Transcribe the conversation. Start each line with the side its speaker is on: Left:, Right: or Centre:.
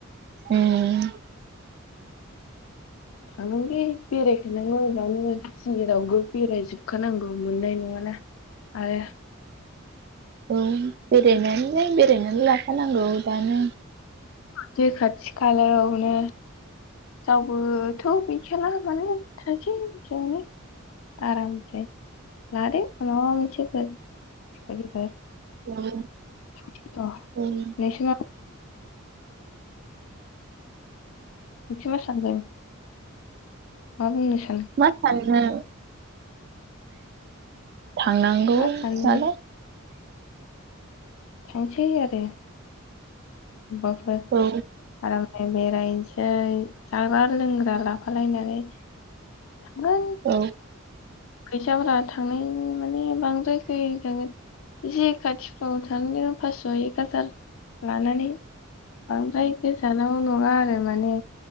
Right: ओम।
Left: थांगोनलै बेरायखानांगौ दानो जेरावबो बेराय जोबखानांगौ मोननाय नङाना आरो
Right: उम बेरायनायलाय बेरायनानै लाखानांगौ दानो।
Left: जे खाथि खालायावनो जावबोथ' गैखाला नालाय थांसै ज'नो आरामसे लादो। <inaudible> <unintelligible>
Right: ओं
Left: र'
Right: ओं।
Left: नोंसो मा नोंसो मा सानदों मा बुंनो सान
Right: मा साननो। थांनांगौ
Left: मा सानो
Right: जाला।
Left: थांसै आरो। अबबाफोर
Right: औ
Left: आराम। बेरायनोसै जाग्रा लोंग्रा लाफालायनानै थांगोन।
Right: औ।
Left: फैसाफोरा थांनायनि माने बांद्राय <unintelligible> इसे खाथिफ्राव थांनो फासस' एक हाजार लानानै बांद्राय गोजानाव नङा आरो माने